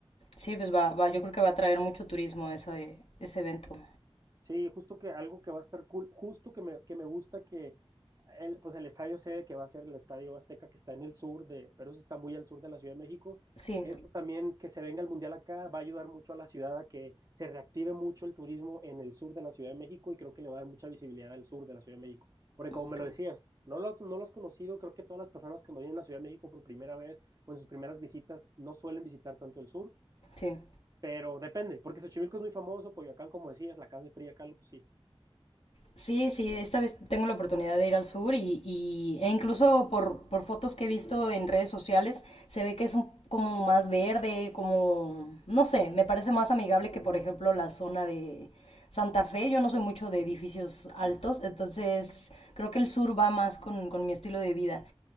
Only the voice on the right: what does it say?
Sí, justo que algo que va a estar cool, justo que me, que me gusta que el, pues el estadio sede que va a ser el Estadio Azteca que está en el sur de, pero eso está muy al sur de la Ciudad de México.
Esto también que se venga el Mundial acá va a ayudar mucho a la ciudad a que se reactive mucho el turismo en el sur de la Ciudad de México y creo que le va a dar mucha visibilidad al sur de la Ciudad de México. Porque como me
lo decías, no lo, no lo has conocido, creo que todas las personas cuando vienen a la Ciudad de México por primera vez o en sus primeras visitas no suelen visitar tanto el sur.
Pero depende, porque Xochimilco es muy famoso, Coyoacán, como decías, la Casa de Fría acá, pues sí.